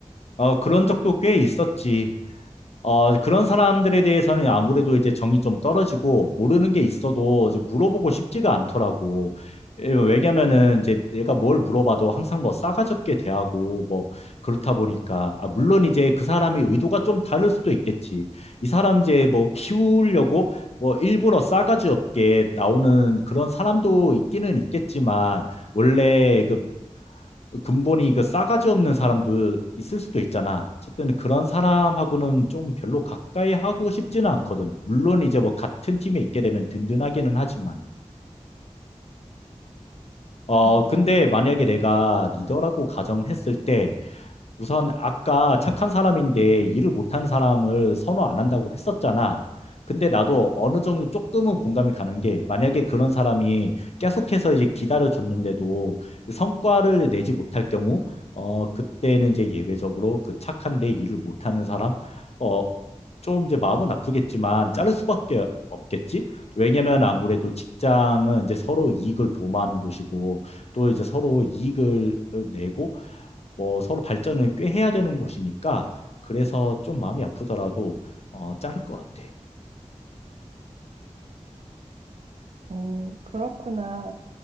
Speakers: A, on the left; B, on the right.
A: 어 그런 적도 꽤 있었지. 어, 그런 사람들에 대해서는 아무래도 이제 정이 좀 떨어지고 모르는 게 있어도 이제 물어보고 싶지가 않더라고. 예, 왜냐면은 이제 내가 뭘 물어봐도 항상 뭐 싸가지 없게 대하고 뭐 그렇다 보니까 아, 물론 이제 그 사람의 의도가 좀 다를 수도 있겠지. 이 사람 이제 뭐 키우려고 뭐 일부러 싸가지 없게 나오는 그런 사람도 있기는 있겠지만 원래 그 근본이 그 싸가지 없는 사람도 있을 수도 있잖아. 어쨌든 그런 사람하고는 좀 별로 가까이 하고 싶지는 않거든. 물론 이제 뭐 같은 팀에 있게 되면 든든하기는 하지만. 어,
B: 음,
A: 근데 만약에 내가 리더라고 가정했을 때 우선 아까 착한 사람인데 일을 못한 사람을 선호 안 한다고 했었잖아. 근데 나도 어느 정도 조금은 공감이 가는 게 만약에 그런 사람이 계속해서 이제 기다려줬는데도 성과를 내지 못할 경우, 어, 그때는 이제 예외적으로 그 착한데 일을 못하는 사람, 어, 좀 이제 마음은 아프겠지만 자를 수밖에 없겠지? 왜냐면 아무래도 직장은 이제 서로 이익을 도모하는 곳이고 또 이제 서로 이익을 내고 뭐 서로 발전을 꽤 해야 되는 곳이니까 그래서 좀 마음이 아프더라도 어, 자를 것 같아.
B: 음, 그렇구나.